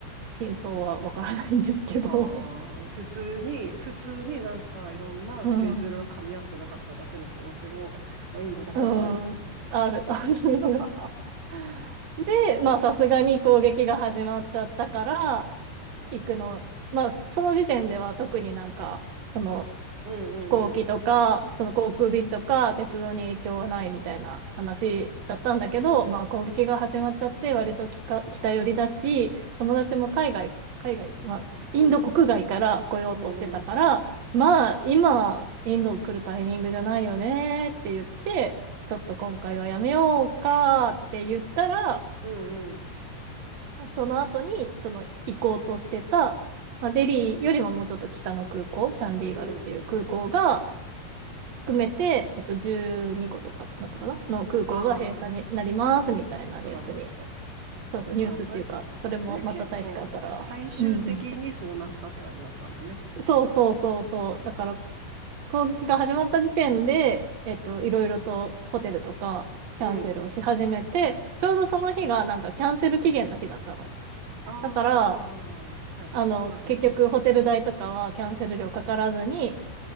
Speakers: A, on the right (about 70°); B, on the right (about 50°).
A: 真相はわからないんですけど。
B: ああ、普通に、普通になんかいろんなスケジュールが噛み合ってなかっただけの可能性も、
A: <laughs> うん。
B: まあ、インドだからある。
A: うん。ある、<laughs> ある。
B: <laughs>
A: <laughs> で、まあさすがに攻撃が始まっちゃったから、行くの、まあ、その時点では特になんか、その
B: うんうんうん。
A: 飛行機とか、その航空便とか、鉄道に影響はないみたいな話だったんだけど、まあ、攻撃が始まっちゃって、割ときか北寄りだし、友達も海外、海外、まあ、
B: うん。
A: インド国外から来ようとしてたから、
B: うんうん。
A: まあ、今、インド来るタイミングじゃないよねって言って、ちょっと今回はやめようかって言ったら、
B: うんうん。
A: その後に、その行こうとしてた、まあ、デリーよりももうちょっと北の空港、チャンディーガルっていう空港が
B: うん。
A: 含めて、えっと、12個とかだったかなの空港が閉鎖になりますみたいなニュースに、
B: ああ、そうかそうかそうか。
A: そうそう、ニュースっていうか、
B: ああ、それ、
A: それもまた大使館から、
B: それ結構最終的にそうなったって感じだったんだね。
A: うん、そうそうそうそう、
B: そうかそうか。
A: だから攻撃が始まった時点で、えっと、いろいろとホテルとかキャンセルをし始めて、
B: うん。
A: ちょうどその日がなんかキャンセル期限の日だったの。
B: ああ、
A: だから、
B: はいはい。
A: あの、
B: なるほど。
A: 結局ホテル代とかはキャンセル料かからずに